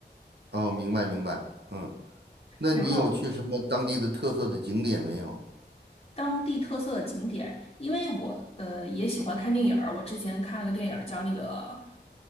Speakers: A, on the right; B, on the left.
A: 哦，明白明白，嗯，那你有去什么当地的特色的景点没有？
B: 然后当地特色的景点，因为我呃也喜欢看电影儿，我之前看了个电影儿叫那个。